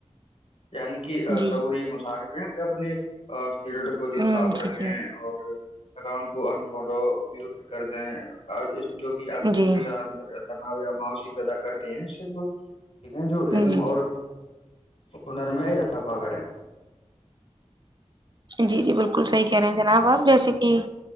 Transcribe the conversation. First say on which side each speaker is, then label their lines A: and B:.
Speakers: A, on the left; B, on the right.
A: یعنی کہ
B: جی
A: سعوری مشارف یعنی اپنی فیلڈ کو جو
B: ہ
A: صاف
B: جی
A: رکھیں
B: جی
A: اور اکاؤنٹ کو انفالو میوٹ کر دیں اور اس جو کہ آپ
B: جی
A: کو بھیان تناؤ یا ماوشی پیدا کرتے ہیں صرف ٹھیک ہے جو
B: جی
A: علم
B: جی
A: اور ہنر میں اضاضافہ کریں
B: جی جی بالکل صحیح کہہ رہے ہیں جناب آپ جیسے کہ